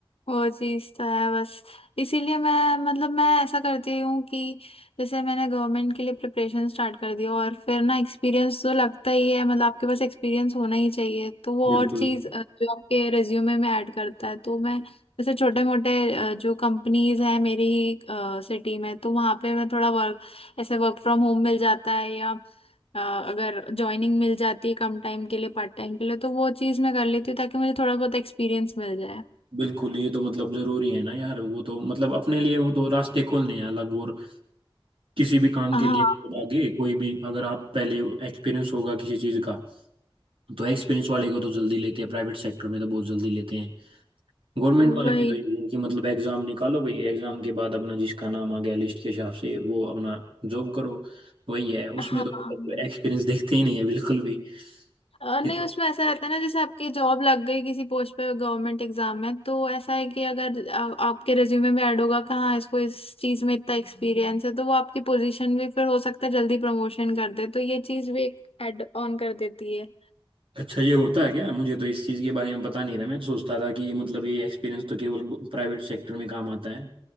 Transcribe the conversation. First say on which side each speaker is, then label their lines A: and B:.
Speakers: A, on the left; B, on the right.
A: वो चीज तो है बस इसीलिए मैं मतलब मैं ऐसा करती हूँ कि जैसे मैंने गवर्नमेंट के लिए प्रिपरेशन स्टार्ट कर दिया और फिर ना एक्सपीरियंस तो लगता ही है मतलब आपके पास एक्सपीरियंस होना ही चाहिए तो वो
B: बिल्कुल
A: और चीज अ, जो आपके रिज्यूमे में ऐड करता है तो मैं जैसे छोटे मोटे जो कंपनीज है मेरी ही सिटी में तो वहां पे मैं थोड़ा वर्क ऐसे वर्क फ्रॉम होम मिल जाता है या अ, अगर ज्वाइनिंग मिल जाती है कम टाइम के लिए पार्ट टाइम के लिए तो वो चीज़ मैं कर लेती हूँ ताकि मुझे थोड़ा बहुत एक्सपीरियंस मिल जाए
B: बिल्कुल ये तो मतलब जरूरी है ना यार वो तो मतलब अपने लिए वो तो रास्ते खोलने हैं अलग और किसी भी काम
A: हाँ
B: के लिए मतलब आगे कोई भी अगर आप पहले एक्सपीरियंस होगा किसी चीज का तो एक्सपीरियंस वाले को तो जल्दी लेते हैं प्राइवेट सेक्टर में तो बहुत जल्दी लेते हैं गवर्नमेंट वाले
A: वही
B: में तो इनकी मतलब एग्जाम निकालो भाई एग्जाम के बाद अपना जिसका नाम आ गया लिस्ट के हिसाब से वो अपना जॉब करो वही है
A: हाँ
B: उसमें तो एक्सपीरियंस देखते ही नहीं है बिल्कुल भी
A: अ,
B: कि
A: नहीं उसमें ऐसा रहता है ना जैसे आपकी जॉब लग गई किसी पोस्ट पे गवर्नमेंट एग्जाम में तो ऐसा है कि अगर आ, आपके रिज्यूमे में ऐड होगा कहाँ इसको इस चीज में इतना एक्सपीरियंस है तो वो आपकी पोजीशन भी फिर हो सकता है जल्दी प्रमोशन कर दे तो ये चीज भी एक ऐड ऑन कर देती है
B: अच्छा ये होता है क्या मुझे तो इस चीज़ के बारे में पता नहीं था मैं तो सोचता था कि मतलब ये एक्सपीरियंस तो केवल प्राइवेट सेक्टर में काम आता है